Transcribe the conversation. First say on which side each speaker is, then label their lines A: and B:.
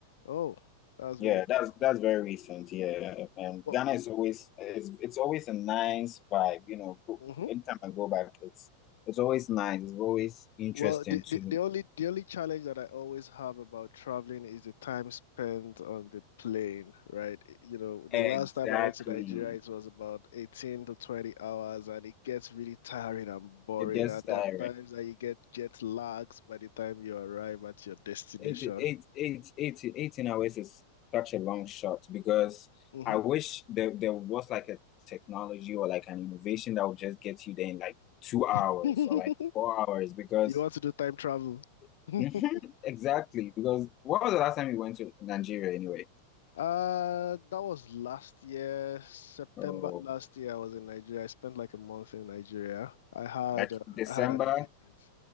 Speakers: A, on the left; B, on the left.
A: Oh, that's
B: Yeah,
A: been a
B: that's
A: while.
B: that's very recent. Yeah, and
A: Well,
B: Ghana is always it's it's always a nice vibe. You know, go-
A: mhm.
B: anytime I go back, it's it's always nice. It's always interesting
A: Well, the, the,
B: to
A: the only the only challenge that I always have about traveling is the time spent on the plane, right? You know, the
B: exactly.
A: last time I went to Nigeria, it was about 18 to 20 hours, and it gets really tiring and boring.
B: It gets
A: And
B: tiring.
A: there are times that you get jet lags by the time you arrive at your destination.
B: 18, eight- eight, eighteen, eighteen hours is such a long shot because
A: hmm
B: I wish there, there was like a technology or like an innovation that would just get you there in like two hours
A: <laughs> You
B: or like four hours because
A: want to do time travel?
B: <laughs>
A: <laughs>
B: Mhm, exactly. Because what was the last time you went to Nigeria anyway?
A: Uh, that was last year, September
B: Oh,
A: last year. I was in Nigeria. I spent like a month in Nigeria. I had
B: like
A: uh,
B: December.
A: I had an engagement.